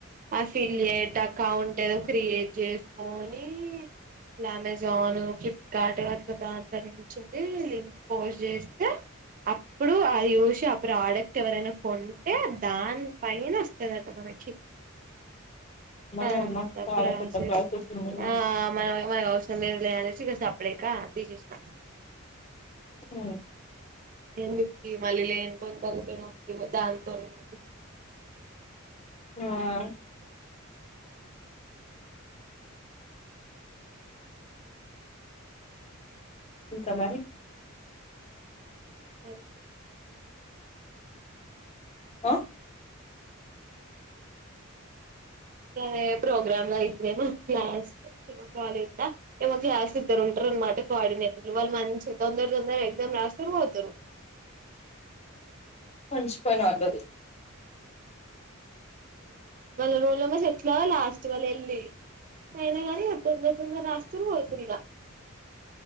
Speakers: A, on the right (about 40°); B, on the left (about 30°).
A: ఆ ఫిలియేట్ అకౌంట్ ఏదో క్రియేట్ చేసుకోని ఇట్లా అమెజాన్ ఫ్లిప్కార్ట్ అట్లా దాంట్లో నుంచి అది లింక్స్ పోస్ట్ చేస్తే అప్ ప్పుడు అది చూసి ఆ ప్రాడక్ట్ ఎవరైనా కొంటే దాని పైన వస్తదట మనకి
B: అమ్మని
A: అంత
B: అమ్మ చాలా
A: ప్రాసేస్
B: పెద్ద ప్రాసెస్ ఉంది కదా.
A: ఆ మన మనకు అవసరం లేదు లే అనేసి ఇగ స ప్పుడేకా తీశేషినా
B: ఊ
A: ఎందు తి మళ్ళీ లేని పోని తలకాయ్ నొ ఇగ దానితోని <inaudible>
B: ఊ ఆ ఇంక మరి
A: <inaudible>
B: ఆ
A: అదే ప్రోగ్రామ్ బైటనేమో క్లాస్ <inaudible> కాలేజ్ ద <unintelligible> ఇద్దరుంటరు అనమాట కోఆర్డినేటర్లు వాళ్ళు మంచి తొందర తొందర ఎగ్జామ్ రాస్తారు పోతరు
B: పంచిపొయినోళ్ళగి
A: వాళ్ళ రోల్ నెంబర్స్ ఎట్లా లా స్టు వల్ ఎల్లి తాయినావా <inaudible> తొందర తొందర రాస్ చురువు తిరిగా